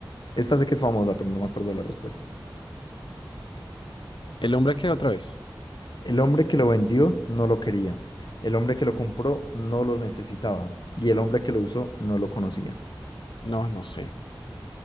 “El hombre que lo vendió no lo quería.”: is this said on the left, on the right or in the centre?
Left